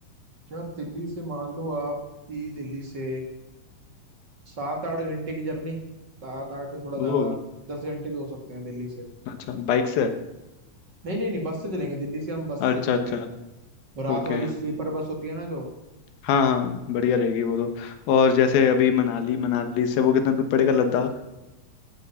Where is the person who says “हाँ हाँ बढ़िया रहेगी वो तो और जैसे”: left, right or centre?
Left